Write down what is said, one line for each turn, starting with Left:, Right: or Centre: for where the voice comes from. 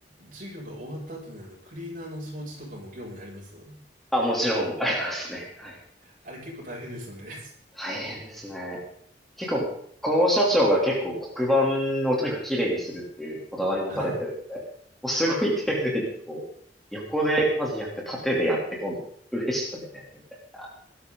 Right: 授業が終わった後にあの、クリーナーの掃除とかも業務にあります
Centre: あ、もちろんありますね。はい。
Right: あれ結構大変ですよね。
Centre: 大変ですね。結構、校舎長が結構黒板をとにかく綺麗にするっていうこだわり持たれてるので、
Right: <laughs> はい。
Centre: もうすごい丁寧にこう、横でまずやって、縦でやって、今度、上下でもやってみたいな。